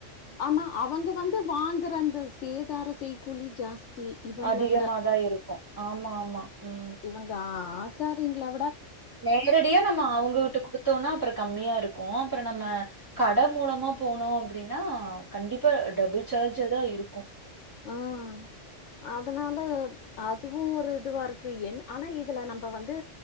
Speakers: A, on the left; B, on the right.
A: ஆமா அவங்க வந்து வாங்குற அந்த சேதாரோ செய்கூலி சாஸ் தி இவங்கள
B: அதிகமா
A: விட
B: தான் இருக்கும் ஆமா ஆமா ம்
A: இவ்ங்க ஆசாரீங்களா
B: நேரடியா நம்ம அவுங்ககுட்ட குடுத்தோன்னா அப்புறோ கம்மியா இருக்கு அப்புறோ நம்ம கட மூலமா போனோ அப்டின்னா கண்டிப்பா டபுள் சார்ஜாதா இருக்கு
A: ஆஹ் அதனால அதுவு ஒரு இதுவா இருக்கு என் ஆனா இதுல நம்ப வந்து